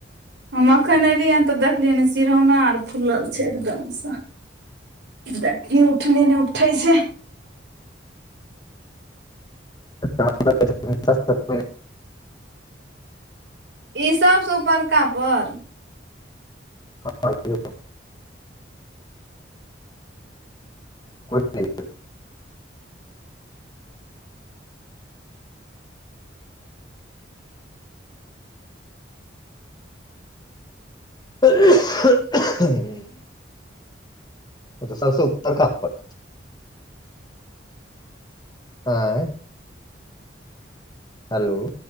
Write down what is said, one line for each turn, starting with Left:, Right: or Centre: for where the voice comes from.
Right: हम अखन एलियैहन त देखलियैहन सिरौना आर फुलल छय एकदम सँ देखि उठले नै उठैय छै।
Left: <unintelligible>
Right: ई सभ स ऊपरका पर
Left: <unintelligible> <inaudible> तऽत सबसँ उत्तरका प आए हेलो